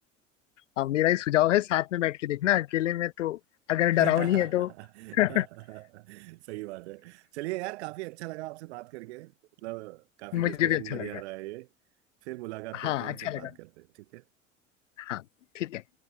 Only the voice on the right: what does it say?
<laughs> सही
बात है चलिए यार काफी अच्छा लगा आपसे बात करके मतलब काफी
डिस्कशन
बढ़िया
रहा है ये फिर मुलाकात करते
हैं
फिर
बात करते हैं ठीक है